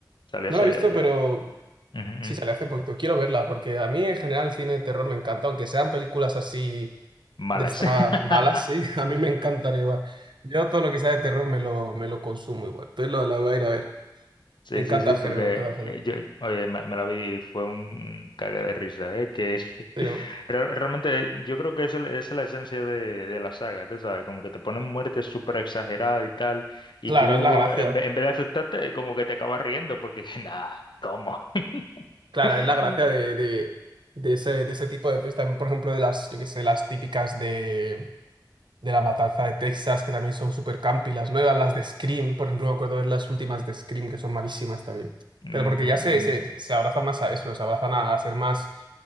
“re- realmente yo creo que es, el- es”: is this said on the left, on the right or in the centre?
Left